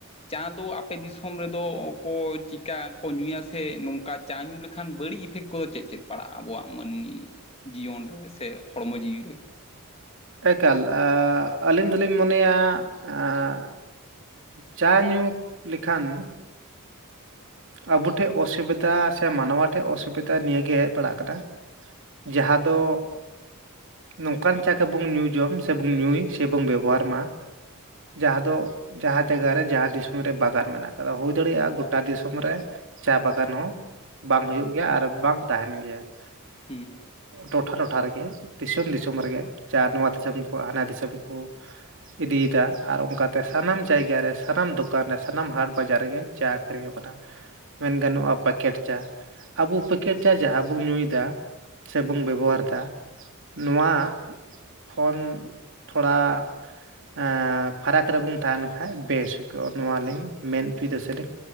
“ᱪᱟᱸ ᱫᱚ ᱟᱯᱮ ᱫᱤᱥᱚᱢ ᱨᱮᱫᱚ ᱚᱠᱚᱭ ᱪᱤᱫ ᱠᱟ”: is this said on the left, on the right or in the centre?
Left